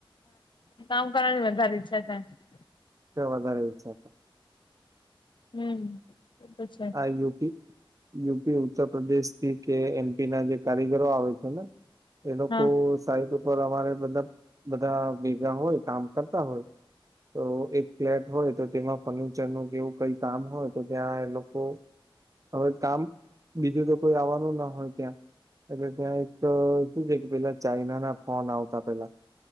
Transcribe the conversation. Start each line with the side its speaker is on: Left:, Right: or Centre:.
Left: કામ કરવાની વધારે ઈચ્છા થાય
Right: વધારે ઈચ્છા થાય.
Left: હમ. એ તો છે
Right: આ યુપી યુપી ઉત્તર પ્રદેશ થી કે એમપી ના જે કારીગરો આવે છે ને એ લોકો
Left: હા
Right: સાઈટ ઉપર અમારે મતલબ બધા ભેગા હોય કામ કરતા હોય તો એક ફ્લેટ હોય તો તેમાં ફર્નિચર નુ કેવું કઈ કામ હોય તો ત્યાં એ લોક તો હવે કામ બીજું તો કોઈ આવવાનું ન હોય ત્યાં. એટલે ત્યાં એક શું છે કે પેલા ચાઈના ના ફોન આવતા પેલા.